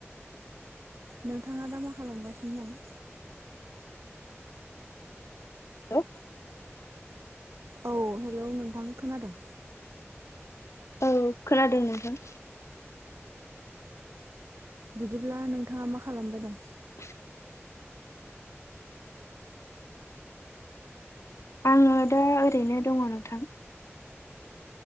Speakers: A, on the right; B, on the left.
A: नोंथाङा दा मा खालामगासिनो दं?
B: हेलौ
A: औ हेलौ नोंथां खोनादों।
B: औ खोनादों नोंथां।
A: बिदिब्ला नोंथाङा मा खालामबाय दं?
B: <inaudible> आङो दा ओरैनो दङ नोंथां।